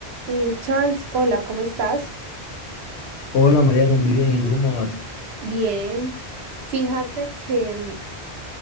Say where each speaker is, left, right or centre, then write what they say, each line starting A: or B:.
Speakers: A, on the right (about 75°); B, on the left (about 80°).
A: Eh, Charles, hola, ¿cómo estás?
B: Hola Mariano, muy bien, ¿y tú cómo vas?
A: Bien. Fíjate que mm,